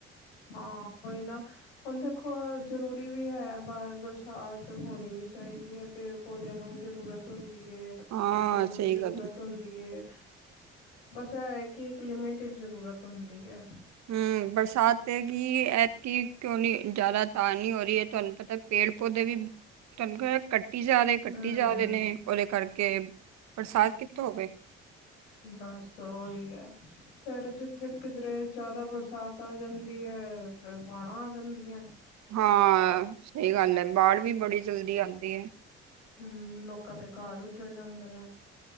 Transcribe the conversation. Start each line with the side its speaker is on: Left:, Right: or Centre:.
Left: ਹਾਂ ੳਹੀ ਨਾ ਹੁਣ ਦੇਖੋ ਜ਼ਰੂਰੀ ਵੀ ਹੈ ਪਰ ਬਰਸਾਤ ਹੋਣੀ ਵੀ ਚਾਹੀਦੀ ਹੈ। ਪੇੜ ਪੌਦਿਆਂ ਨੂੰ ਵੀ ਜ਼ਰੂਰਤ ਹੁੰਦੀ ਹੈ, ਆਪਣੀ
Right: ਹਾਂ,
Left: ਫਸਲਾਂ ਨੂੰ
Right: ਸਹੀ
Left: ਵੀ ਜ਼ਰੂਰਤ
Right: ਗੱਲ ਹੈ।
Left: ਹੁੰਦੀ ਹੈ। ਬਸ ਇਹ ਕਿ ਇੱਕ ਲਿਮਿਟ ਵਿਚ ਜ਼ਰੂਰਤ ਹੁੰਦੀ ਹੈ।
Right: ਹਮ ਬਰਸਾਤ ਕੀ ਐਤਕੀ ਕਿਉਂ ਨੀ ਜ਼ਿਆਦਾ ਤਾਂ ਨਹੀਂ ਹੋ ਰਹੀ ਹੈ ਤੁਹਾਨੂੰ ਪਤਾ। ਪੇੜ ਪੌਦੇ ਵੀ ਤੁਹਾਨੂੰ ਕੱ ਕੱਟੀ ਜਾ ਰ
Left: ਹਮ
Right: ਕੱਟੀ ਜਾ ਰਹੇ ਨੇ ਉਹਦੇ ਕਰਕੇ ਬਰਸਾਤ ਕਿੱਥੋਂ ਹੋਵੇ
Left: ਬਸ ਓਹੀ ਐ। ਫੇਰ ਜਿੱਥੇ ਜ਼ਿਆਦਾ ਬਰਸਾਤ ਆ ਜਾਂਦੀ ਏ, ਫਿਰ ਬਾੜਾ ਆ ਜਾਂਦੀਆਂ
Right: ਹਾਂ ਸਹੀ ਗੱਲ ਹੈ ਬਾੜ ਵੀ ਬੜੀ ਜਲਦੀ ਆਉਂਦੀ ਹੈ
Left: ਹਾ ਲੋਕਾਂ ਦੇ ਘਰ ਉੱਜੜ ਜਾਂਦੇ ਨੇ,